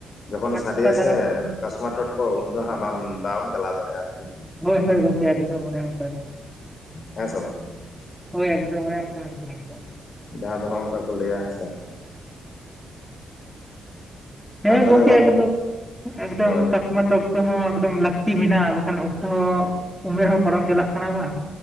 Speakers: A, on the left; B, in the centre.
A: ᱡᱚᱠᱷᱚᱱ
B: ᱯᱟᱸᱪ
A: ᱥᱟᱰᱮᱭᱟ
B: ᱯᱟᱴᱟ ᱫᱟᱬᱟ
A: ᱥᱮ
B: ᱠᱚᱢ
A: ᱠᱟᱥᱢᱟᱟᱨ ᱴᱚᱴᱠᱚ ᱩᱱᱫᱚ ᱦᱟᱸᱜ ᱵᱟᱢ ᱵᱟᱢ ᱪᱟᱞᱟᱣ ᱫᱟᱲᱮᱭᱟᱜᱼᱟ ᱟᱨᱠᱤ
B: ᱦᱳᱭ ᱦᱳᱭ ᱜᱚᱝᱠᱮ ᱮᱠᱫᱚᱢ ᱚᱱᱮ ᱚᱱᱠᱟ ᱜᱮ
A: ᱦᱮᱸ ᱥᱮ ᱵᱟᱝ
B: ᱦᱳᱭ ᱮᱠᱫᱚᱢ ᱚᱱᱮ ᱚᱱᱠᱟ ᱮᱠᱫᱚᱢ
A: ᱡᱟᱦᱟᱸ ᱫᱚ ᱱᱚᱝᱠᱟ ᱠᱚ ᱞᱟᱹᱭᱟ ᱦᱮᱸ ᱥᱮ
B: ᱦᱮᱸ
A: ᱟᱨ ᱛᱟᱦᱚᱞᱮ
B: ᱜᱚᱝᱠᱮ
A: ᱜᱚᱝ
B: ᱮᱠᱫᱚᱢ ᱮᱠᱫᱚᱢ
A: ᱦᱳᱭ
B: ᱠᱟᱥᱢᱟᱨ ᱴᱚᱴ <unintelligible> ᱦᱚᱸ ᱮᱠᱫᱚᱢ ᱞᱟᱹᱠᱛᱤ ᱢᱮᱱᱟᱜᱼᱟ ᱵᱟᱠᱷᱟᱱ ᱚᱠᱛᱚ ᱦᱚᱸ ᱩᱢᱟᱹᱨ ᱦᱚᱸ ᱯᱟᱨᱚᱢ ᱪᱟᱞᱟᱜ ᱠᱟᱱᱟ ᱵᱟᱝ